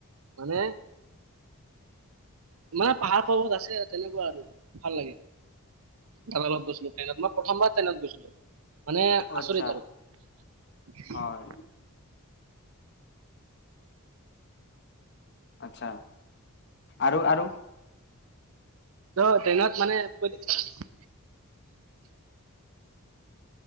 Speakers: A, on the right; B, on the left.
A: মানে মানে পাহাৰ-পৰ্বত আছে, তেনেকুৱা আৰু ভাল লাগে। লগত গৈছিলোঁ ট্ৰেইনত, মই প্ৰথমবাৰ ট্ৰেইনত গৈছিলোঁ, মানে
B: অ আচ্ছা
A: আচৰিত আৰু। উ <unintelligible>
B: হয় আচ্ছা, আৰু, আৰু।
A: ত' ট্ৰেনত মানে, কৈ দি <unintelligible>